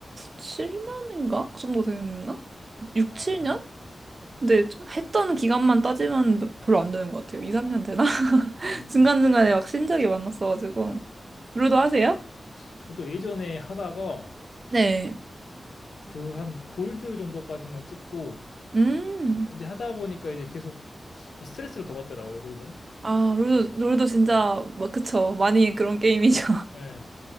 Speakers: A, on the right (about 40°); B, on the left (about 80°).
A: 7년인가? 그 정도 됐나? 6,
B: 어,
A: 7년? 근데 저- 했던 기간만 따지면 몇- 별로 안 되는 것 같아요. 2, 3년 되나? <laughs>
B: 음.
A: 중간중간에 막 신적이 많았어가지고. 롤도 하세요?
B: 저도 예전에 하다가
A: 네.
B: 그 한 골드 정도까지만 찍고
A: 음.
B: 이제 하다 보니까 이제 계속 스트레스를 더 받더라고요, 롤은.
A: 아, 롤도, 롤도 진짜, 막, 그쵸. 많이 그런 게임이죠.
B: 예.